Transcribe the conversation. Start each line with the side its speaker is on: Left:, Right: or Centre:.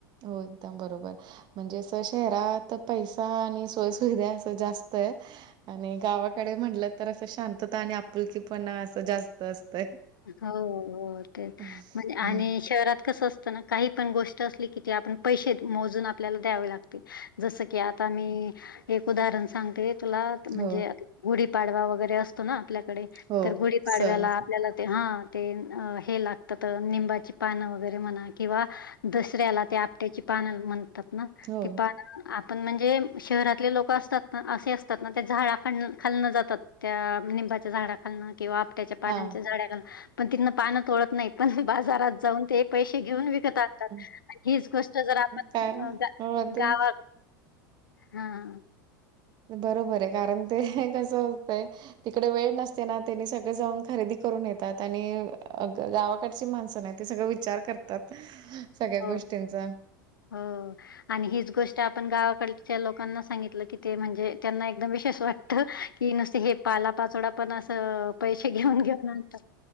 Right: हो एकदम बरोबर. म्हणजे अस शहरात पैसा आणि सोयसुविधा असं जास्त आहे. आणि गावाकडे म्हणलं तर असं शांतता आणि आपुलकीपणा असं जास्त असतय.
Left: हो हो तेच
Right: हं,
Left: म्हणजे आणि
Right: हं.
Left: शहरात कसं असतं ना. काही पण गोष्ट असली की ते आपण पैसे मोजून आपल्याला द्यावे लागतील. जसं की आता मी एक उदाहरण सांगते तुला म्हणजे.
Right: हो,
Left: गुढीपाडवा वगैरे असतो ना आपल्याकडे
Right: हो.
Left: तर गुढीपाडव्याला
Right: सण.
Left: आपल्याला. हा ते हे लागतात निंबाची पान वगैरे म्हणा किंवा, दसऱ्याला ते आपट्याची पानं म्हणतात ना
Right: हो.
Left: ते पान. आपण म्हणजे शहरातले लोक असतात ना असे असतात ना ते झाडा खालनं जातात. त्या निंबाच्या झाडाणं किंवा. तेच पानाच्या
Right: हां.
Left: झाडाखाली पण तिथं पानं तोडत नाहीत पण बाजारात जाऊन. ते पैसे घेऊन विकत आणतात
Right: हो,
Left: आणि हीच गोष्ट जर आपण
Right: कारण हो ते
Left: गावात. हां.
Right: बरोबर आहे कारण ते कसं होतंय. तिकडे वेळ नसते ना त्यांनी सगळे जाऊन खरेदी करून येतात आणि गावा. गावाकडची माणसं नाही ते सगळं विचार करतात सगळ्या
Left: हो,
Right: गोष्टींचा.
Left: हो. आणि हीच गोष्ट आपण गावाकडच्या लोकांना सांगितलं की ते म्हणजे त्यांना एकदम विशेष वाटत. की नुसते हे पालापाचोळा पण असं पैसे घेऊन घेऊन आणतात.